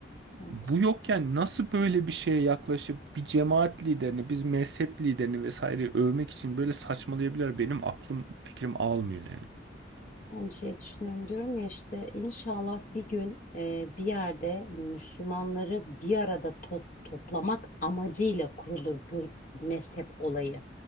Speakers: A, on the left; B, on the right.
A: Evet.
B: Bu yokken nasıl böyle bir şeye yaklaşıp bir cemaat liderini, biz mezhep liderini vesaire övmek için böyle saçmalayabilir benim aklım fikrim almıyor yani.
A: Aynı şeyi düşünüyorum diyorum ya işte inşallah bir gün e, bir yerde Müslümanları bir arada to- toplamak amacıyla kurulur bu mezhep olayı.